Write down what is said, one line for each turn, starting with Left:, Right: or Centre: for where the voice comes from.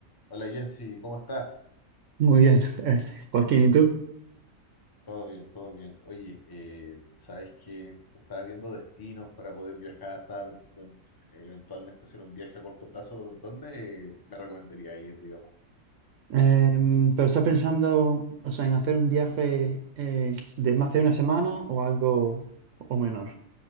Left: Hola Jensi, ¿cómo estás?
Right: Muy bien, <laughs> eh, Joaquín, ¿y tú?
Left: Todo bien, todo bien. Oye, eh, sabes que estaba viendo destinos para poder viajar, estaba pensando en, en eventualmente hacer un viaje a corto plazo. ¿Dónde me recomendaría ir, digamos?
Right: Em, ¿pero estás pensando, o sea, en hacer un viaje eh, de más de una semana o algo o menor?